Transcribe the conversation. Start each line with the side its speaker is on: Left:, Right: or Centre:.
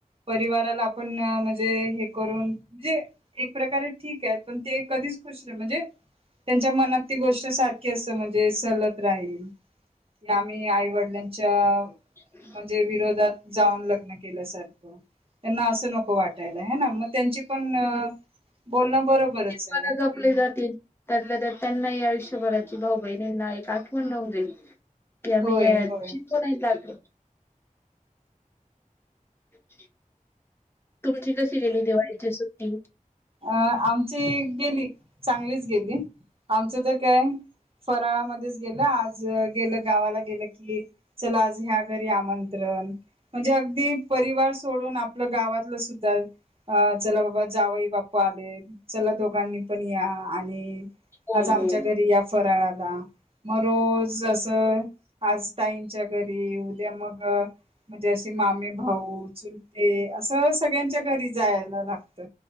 Right: परिवाराला आपण ना म्हणजे, हे करून जे एक प्रकारे ठीक आहे. पण ते कधीच खुश म्हणजे, त्यांच्या मनात ती गोष्ट सारखी अस म्हणजे, सलत राहील की आम्ही आईवडिलांच्या
Left: ह <unintelligible>
Right: म्हणजे विरोधात जाऊन लग्न केल्यासारखं, त्यांना असं नको वाटायला ह ना मग त्यांची पण
Left: ते
Right: बोलणं बरोबरच
Left: बरे
Right: आहे
Left: हाय
Right: की
Left: <unintelligible> जपली जातील त्या त्यांना आयष आयुष्यभराची भाऊ बहिणींना एक आठवण राहूदे. कि आम्ही
Right: होय
Left: हे
Right: होय
Left: शिको नाही लागलो. <unintelligible> तुमची कशी गेली दिवाळीची सुट्टी?
Right: अं आमची गेली चांगलीच गेली, आमचं तर काय फराळामध्येच गेलं आज गेलं गावाला गेलं की चला आज ह्या घरी आमंत्रण म्हणजे अगदी परिवार सो सोडून आपलं गावातलं सुद्धा, चला बाबा जावई बाप पालेत. चला दोघांनी पण या, आणि
Left: हो
Right: आज आमच्या
Left: हो.
Right: घरी या फराळात. ला मग रोज असं आज ताईंच्या घरी उद्या मग म्हणजे अशी मामी भाऊ <inaudible> ते असं सगळ्यांच्या च्या घरी जाय लाग त.